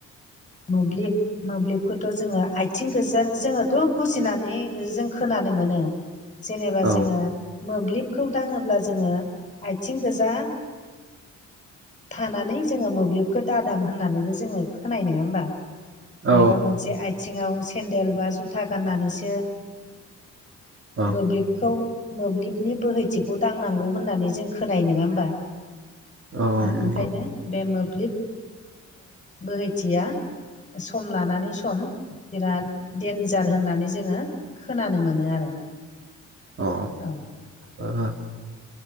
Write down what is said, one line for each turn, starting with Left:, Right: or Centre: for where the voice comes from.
Left: मोब्लिब मोब्लिबखौथ' जोङो आथिं गोजा जोङोथ' बुजिनानै जों खोनानो मोनो। जेनेबा
Right: औ
Left: जोङो मोब्लिबखौ दाङोब्ला जोङो आथिं गोजा। थानानै जोङो मोब्लिबखो दादां होननानैबो जोङो खोनानाय नङा होमबा? माबा
Right: औ
Left: मोनसे आथिङाव सेन्देल बा जुथा गाननानैसो
Right: औ
Left: मोब्लिबखौ मोब्लिबनि बोहैथिखौ दांनांगौ होननानै जों खोनानाय नङा होमबा?
Right: औ
Left: दा
Right: नंगौ
Left: ओंखायनो बे मोब्लिब बोहैथिया सम लानानै सम बिराद देन्जार होननानै जोङो खोनानो मोनो आरो।
Right: अ
Left: औ
Right: ओ।